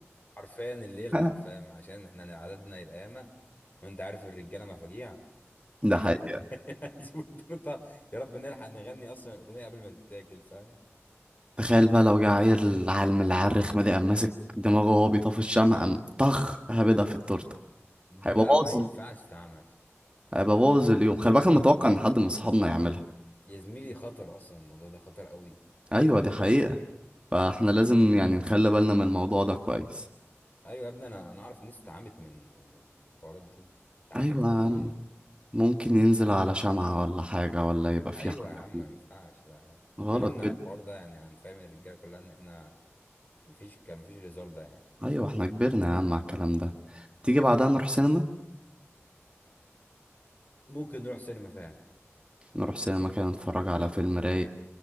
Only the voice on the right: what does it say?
<laughs>
ده
حقيقه
تخيل بقى لو جه عيل عالم العرخ ما دي قام ماسك دماغه وهو بيطفي الشمع قام طخ هبدها في التورته
هيبقى
باظ
هيبقى باظ اليوم خلي بالك انا متوقع ان حد من صحابنا يعملها
ايوه دي حقيقه فاحنا لازم يعني نخلي بالنا من الموضوع ده كويس
ايوه يا
عم ممكن ينزل على شمعة ولا حاجه ولا يبقى في
حاجه
في-
غلط
كده
ايوه احنا كبرنا يا عم على الكلام ده تيجي بعدها نروح سينما
نروح سينما كده نتفرج على فيلم رايق